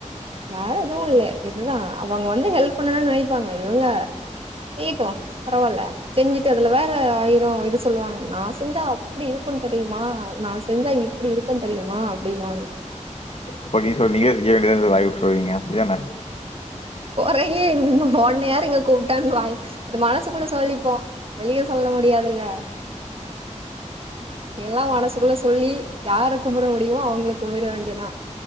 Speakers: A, on the right; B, on the left.
A: யார் எதுவுல்லே இதுதா அவுங்க வந்து ஹெல்ப் பண்ணுனு நினைப்பாங்க இவுங்க செய்ட்டு பரவால செஞ்சுட்டு அதுல வேற ஆயிர இது சொல்வாங்க நா செஞ்சா அப்டி இருக்கு தெரியுமா நா செஞ்சா இப்டி இருக்கு தெரியுமா அப்டினுவாங்க
B: அப்ப நீ சொல் நீங்ளே திங்க வேண்டிதான வாய் விட்டுருவீங்க அப்டிதான
A: கொறையே இன்னு ஒன்ன யார் இங்க கூப்ட்டானு வாய் மனசுக்குள்ள சொல்லிப்போ வெளிய சொல்ல முடியாதுல எல்லா மனசுக்குள்ள சொல்லி யாரா கும்முற முடியுமோ அவுங்கள கும்மிற வேண்டிதா